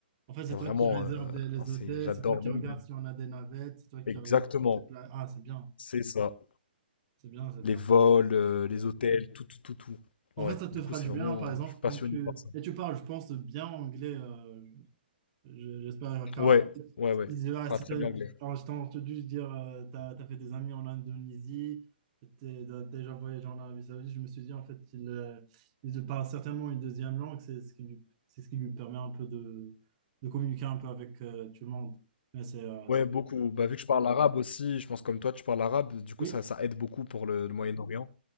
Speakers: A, on the right; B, on the left.
A: En fait, c'est
B: Et vraiment,
A: toi qui réserve
B: euh,
A: les, les
B: non, c'est,
A: hôtels,
B: j'adore
A: c'est toi qui
B: même.
A: regarde si on a des navettes, c'est toi qui
B: Exactement.
A: regarde. Ah, c'est bien,
B: C'est ça.
A: c'est bien, c'est bien.
B: Les vols, euh, les hôtels, tout, tout, tout, tout.
A: En
B: Ouais.
A: fait, ça te
B: Du
A: fera
B: coup, c'est
A: du
B: vraiment,
A: bien, par exemple,
B: je suis passionné
A: quand tu...
B: par.
A: Et tu parles, je pense, bien anglais. euh, je- j'espère, car
B: Ouais, ouais, ouais.
A: si si, ah,
B: Pas
A: si
B: très
A: t'as-
B: bien anglais.
A: si t'as- quand je t'ai entendu dire euh, t'as, t'as fait des amis en Indonésie, t'es- t'as déjà voyagé en Arabie Saoudite, je me suis dit, en fait, il, euh, il parle certainement une deuxième langue. C'est ce qui lui, c'est ce qui lui permet un peu de, de communiquer un peu avec euh, tout le monde. Mais c'est... euh,
B: Ouais,
A: c'est-
B: beaucoup. Bah, vu que je parle arabe aussi, je pense comme toi, tu parles arabe, du coup,
A: Oui,
B: ça, ça aide beaucoup pour le, le Moyen-Orient,